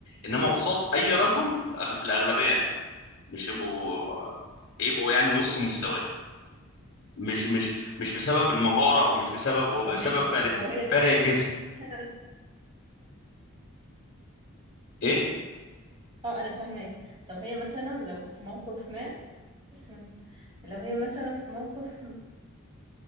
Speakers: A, on the left; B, on the right.
A: انما قصاد اي رجل في الاغلبيه لا مش يبقوا يبقوا يعني نص مستواه مش مش مش بسبب المهاره او مش بسبب هو
B: طب
A: بسبب
B: ماشي لو
A: فرق
B: لو هي
A: فرق الجسم
B: مثلا
A: ايه
B: اه انا فهماك طب هي مثلا لو في موقف ما اسمعني لو هي مثلا في موقف